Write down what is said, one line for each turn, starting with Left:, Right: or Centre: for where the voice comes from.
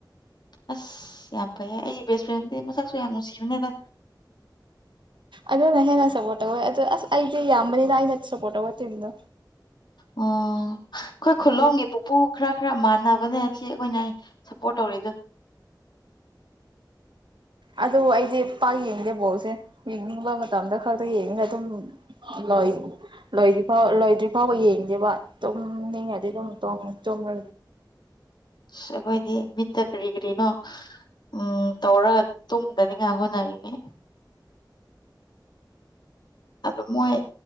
Left: ꯑꯁ ꯌꯥꯝ ꯐꯩꯌꯦ ꯑꯩ ꯦꯁ ꯐ꯭ꯔꯦꯟꯗꯤꯦ ꯃꯁꯛꯁꯨ ꯌꯥꯝꯅꯅꯨꯡ ꯁꯤꯕꯅꯦꯗ
Right: ꯑꯗꯨꯅ ꯍꯦꯟꯅ ꯁꯞꯄꯣꯔꯠ ꯇꯧꯋꯦ ꯑꯗꯨ ꯑꯁ ꯑꯩꯗꯤ ꯌꯥꯝꯕꯅꯤꯅ ꯑꯩꯅ ꯁꯞꯄꯣꯔꯠ ꯇꯧꯋꯦ ꯇꯤꯕꯗꯣ
Left: ꯑꯣ ꯑꯩꯈꯣꯏ ꯈꯨꯂꯣꯝꯒꯤ ꯄꯨꯄꯨ ꯈꯔ ꯈꯔ ꯃꯥꯟꯅꯕꯅꯦ ꯑꯁꯤ ꯑꯩꯈꯣꯏꯅ ꯁꯞꯄꯣꯔꯠ ꯇꯧꯔꯤꯗꯣ
Right: ꯑꯗꯨ ꯑꯩꯗꯤ ꯄ ꯌꯦꯡꯗꯦ ꯕꯧꯁꯦ ꯌꯦꯡꯅꯤꯡꯕ ꯃꯇꯝꯗ ꯈꯛꯇ ꯌꯦꯡꯅꯤꯡꯅ ꯑꯗꯨꯝ ꯂꯣꯏ ꯂꯣꯏꯗ꯭ ꯐꯥꯎ ꯂꯣꯏꯗ꯭ꯔꯤ ꯐꯥꯎꯕ ꯌꯦꯡꯉꯤ ꯗꯤ ꯋꯥ ꯇꯣꯡꯅꯤꯡ ꯍꯥꯏꯗꯤ ꯑꯗꯨꯝ ꯇꯣꯡ ꯇꯣꯡꯉ
Left: ꯑꯩꯈꯣꯏꯗꯤ ꯃꯤꯠꯇ ꯀꯔꯤ ꯀꯔꯤꯅꯣ ꯎꯝ ꯇꯧꯔꯒ ꯇꯨꯝꯗꯅꯤꯉꯥꯏ ꯍꯣꯠꯅꯔꯤꯅꯦ ꯑꯗꯨ ꯃꯣꯏ